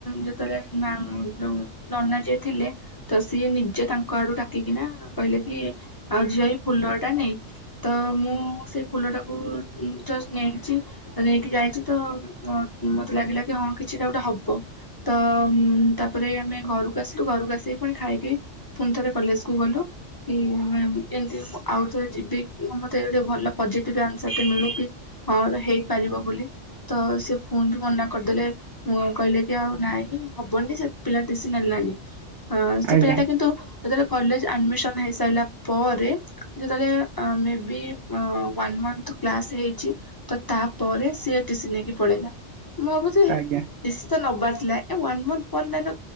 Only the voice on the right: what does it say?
ଆଜ୍ଞା
ଆଜ୍ଞା
ଆଜ୍ଞା।